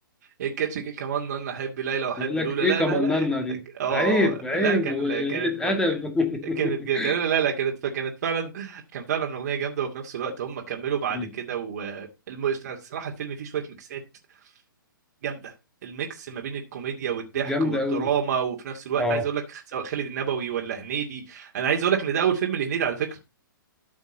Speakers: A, on the right; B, in the centre.
A: إيه الكاتش جه كمان انا احب ليلى واحب
B: يقول لك
A: لولا
B: ايه
A: لا
B: كمننا
A: لا لا
B: دي
A: اه
B: عيب
A: اه
B: عيب
A: لا كان
B: وقله
A: لا كانت ما-
B: ادب
A: كان-
B: <laughs>
A: كانت كان لا لا كانت كانت فعلا كان فعلا اغنيه جامده وفي نفس الوقت هم كملوا بعد
B: مم.
A: كده والصراحه الفيلم فيه شويه ميكسات جامده الميكس ما بين الكوميديا والضحك
B: جامده
A: والدراما
B: قوي
A: وفي نفس الوقت
B: اه
A: عايز اقول لك سواء خالد النبوي ولا هنيدي انا عايز اقول لك ان ده اول فيلم لهنيدي على فكره